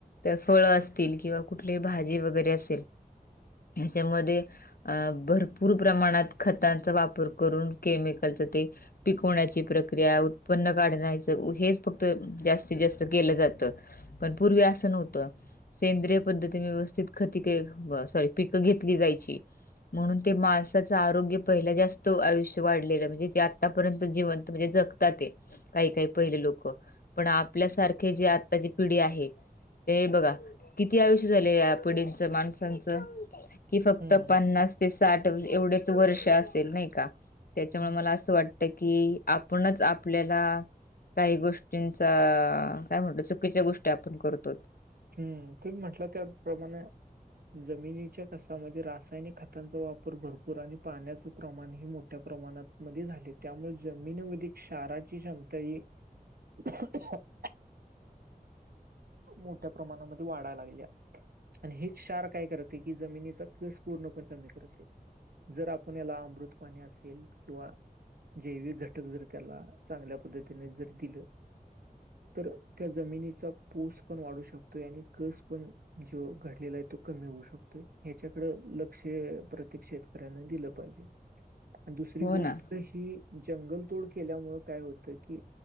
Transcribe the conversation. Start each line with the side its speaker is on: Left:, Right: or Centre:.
Left: तर फळं असतील किंवा कुठली भाजी व गैरे असल हांच्यामध्ये अ भरपूर प्रमाणात खतांचा वापर करून केमिकलचा ते पिकवण्याची प्रक्रिया उत्पन्न काढण्याचं हेच फक्त जास्तीत जास्त केलं जातं. पण पूर्वी असं नव्हतं सेंद्रिय पद्धतीने व्यवस्थित खति कई सॉरी पिकं घेतली जायची. म्हणून ते माणसाचं आरोग्य पहिला जास्त आयुष्य वाढलेलं म्हणजे जे आतापर्यंत जिवंत म्हणजे जग तात आहे काही काही पहिले लोकं पण आपल्यासारखे जे आत्ताची पिढी आहे ते बघा किती आयुष्य झाले या पिढींचं माणसांचं कि फक्त
Right: हम्म
Left: पन्नास ते साठ एवढेच वर्ष असेल नाही का त्याच्यामुळे
Right: हम्म
Left: मला असं वाट तं कि आपणच आपल्याला काही गोष्टींचा काय म्हणतो चुकीच्या गोष्टी आपण करतो.
Right: हम्म तुम्ही म्हटलं त्या प्रमाणे जमिनीच्या कसामध्ये रासायनिक खतांचा वापर भरपूर आणि पाण्याचं प्रमाणही मोठ ठा प्रमाणात मध्ये झाले त्यामुळे जमिनीमध्ये क्षाराची क्षमता ही <unintelligible> मोठ्या प्रमाणामध्ये वाढायला लागल्या आणि हे क्षार काय करत ते की जमिनीचा कस पूर्णपण कमी करते. जर आपण याला अमृत पाणी असेल किंवा जैविक घटक जर त्याला चांगल्या पद्धतीने जर दिलं तर त्या जमिनीचा पूस पण वाढू शकतो आणि कस पण जो घडलेला आहे तो कमी होऊ शकतोय ह्याच्याकडं लक्ष्य प्रत्येक शेतकऱ्यांना दिलं पाहिजे. आणि दुसरी
Left: हो
Right: गोष्ट
Left: ना
Right: ही जंगलतोड केल्यामुळे काय होतं कि